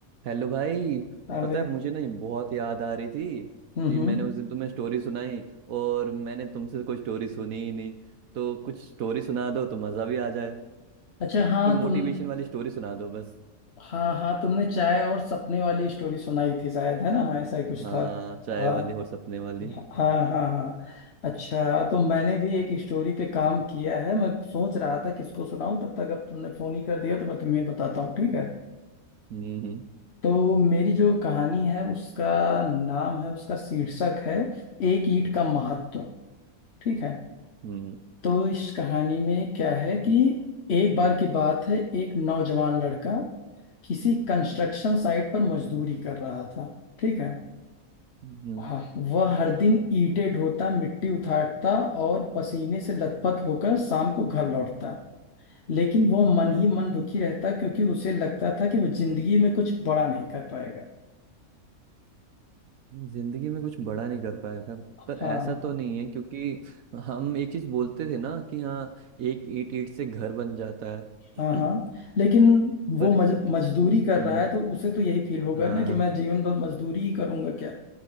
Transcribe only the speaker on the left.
हाँ
भाई
हम्म
अच्छा हाँ
तुम
हाँ हाँ तुमने चाय और सपने वाली स्टोरी सुनाई थी शायद है ना ऐसा ही कुछ
था
हाँ
हाँ हाँ हाँ अच्छा तो मैंने भी एक स्टोरी पे काम किया है मैं सोच रहा था किसको सुनाऊं तब तक अब तुमने फोन ही कर दिया तो मैं तुम्हें बताता हूँ ठीक है
तो मेरी जो कहानी है उसका नाम है उसका शीर्षक है एक ईंट का महत्व ठीक है
तो इस कहानी में क्या है कि एक बार की बात है एक नौजवान लड़का किसी कंस्ट्रक्शन साइट पर मजदूरी कर रहा था ठीक है
हाँ वह हर दिन ईंटें ढोता मिट्टी उठाता और पसीने से लथपथ होकर शाम को घर लौटता लेकिन वो मन ही मन दुखी रहता क्योंकि उसे लगता था कि वो जिंदगी में कुछ बड़ा नहीं कर पाएगा
हाँ
हाँ हाँ
लेकिन वो
मज, मजदूरी कर
रहा है तो उसे तो यही फील होगा
ना कि मैं जीवन भर मजदूरी ही करूंगा क्या